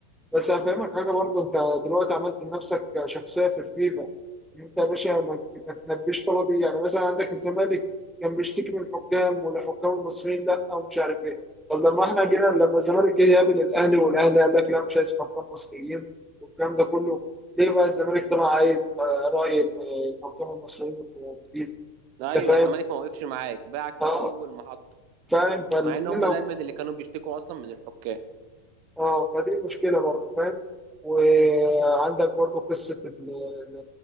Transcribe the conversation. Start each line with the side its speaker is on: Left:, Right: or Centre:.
Centre: بس هفهمك حاجه برضه انت دلوقتي عملت لنفسك شخصيه في الفيفا ان انت يا باشا ما ما تنبيش طلبي يعني مثلا عندك الزمالك كان بيشتكي من الحكام والحكام المصريين لا ومش عارف ايه طب لما احنا جينا لما الزمالك جه يقابل الاهلي والاهلي قال لك لا مش عايز حكام مصريين والكلام ده كله ليه بقى الزمالك طلع عايز آه، راي إن، آه، الحكام المصريين الموجودين انت
Right: ايوه
Centre: فاهم؟
Right: الزمالك ما وقفش معاك باعك في
Centre: اه
Right: اول محطه
Centre: فاهم فالاثنين
Right: مع ان هم
Centre: لو
Right: دايما اللي كانوا بيشتكوا اصلا من الحكام
Centre: اه فدي مشكله برضه فاهم وعندك برضه قصه ال- ال-